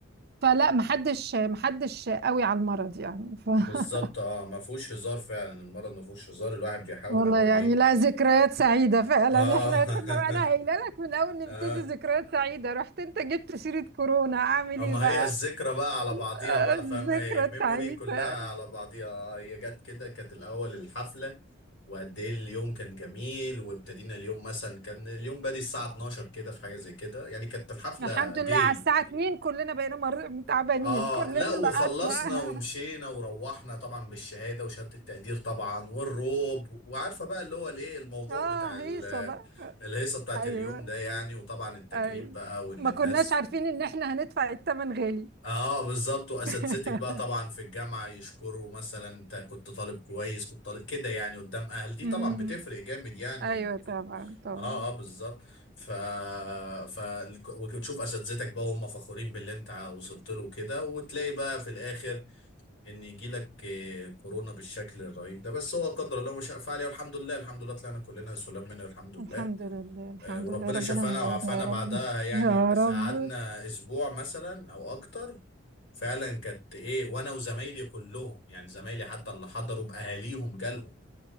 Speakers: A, on the right; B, on the left.
A: فلا محدش محدش قوي على المرض يعني ف...
B: بالظبط
A: <laughs>
B: اه ما فيهوش هزار فعلا المرض ما فيهوش هزار الواحد بيحاول
A: والله
B: ان هو
A: يعني
B: ايه
A: لا ذكريات سعيدة فعلا
B: اه
A: احنا
B: <laughs>
A: كنا انا قايله لك من اول نبتدي
B: اه
A: ذكريات سعيدة رحت انت جبت سيرة كورونا اعمل
B: اما
A: ايه بقى
B: هي الذكرى بقى على بعضيها
A: آه،
B: بقى
A: الذكرى
B: فاهمة هي ميموري
A: التعيسة
B: كلها على بعضيها آه، هي جت كده كانت الاول الحفلة وقد ايه اليوم كان جميل وابتدينا اليوم مثلا كان اليوم بادي الساعة 12 كده في حاجة زي كده يعني كانت الحفلة
A: الحمد
B: داي
A: لله على الساعة 2 كلنا بقينا مر... تعبانين
B: اه
A: كلنا
B: لا وخلصنا
A: بقى <laughs>
B: ومشينا وروحنا طبعا بالشهاده وشهاده التقدير طبعا والروب وعارفه بقى اللي هو الايه الموضوع
A: اه
B: بتاع ال-
A: هيصة بقى
B: الهيصه بتاعت
A: ايوه
B: اليوم ده يعني وطبعا التكريم
A: ايوه
B: بقى وان
A: ما
B: الناس
A: كناش عارفين ان احنا هندفع الثمن غالي
B: اه بالظبط واساتذتك
A: <laughs>
B: بقى طبعا في الجامعه يشكروا مثلا انت كنت طالب كويس كنت طالب كده يعني قدام اهل دي
A: أمم.
B: طبعا بتفرق جامد يعني
A: ايوه طبعا
B: في ال...
A: طبعا
B: اه اه بالظبط ف ف وتشوف اساتذتك بقى هم فخورين باللي انت وصلت له كده وتلاقي بقى في الاخر ان يجي لك آه، كورونا بالشكل الرهيب ده بس هو قدر الله ما شاء فعل والحمد لله الحمد لله طلعنا كلنا سلام منه الحمد
A: الحمد
B: لله
A: لله الحمد
B: آه، وربنا
A: لله ربنا
B: شفانا
A: ما يعيدها
B: وعافانا
A: يا
B: بعدها
A: رب
B: يعني
A: يا
B: بس
A: رب
B: قعدنا اسبوع مثلا او اكتر فعلا كانت ايه وانا وزمايلي كلهم يعني زمايلي حتى اللي حضروا باهاليهم جالهم